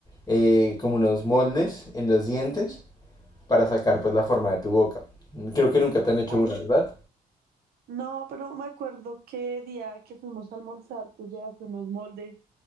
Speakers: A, on the left; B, on the right.
A: eh, como unos moldes en los dientes para sacar pues la forma de tu boca. Creo que nunca te han hecho
B: Ay,
A: una, ¿verdad?
B: no, pero me acuerdo qué día que fuimos a almorzar, tú llegaste unos moldes